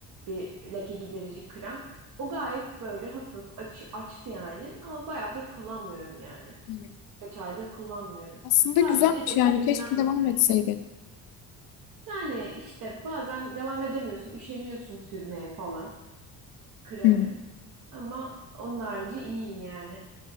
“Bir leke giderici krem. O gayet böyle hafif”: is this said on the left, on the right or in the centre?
Right